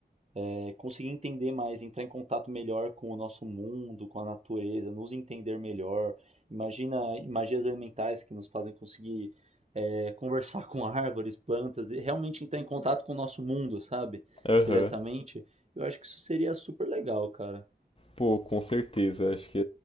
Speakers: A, on the right; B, on the left.
A: é, conseguir entender mais, entrar em contato melhor com o nosso mundo, com a natureza, nos entender melhor. Imagina magias elementais que nos fazem conseguir é, conversar <laughs> com árvores, plantas, e realmente entrar em contato com o nosso mundo, sabe?
B: Aham.
A: Diretamente. Eu acho que isso seria super legal, cara.
B: Pô, com certeza. Acho que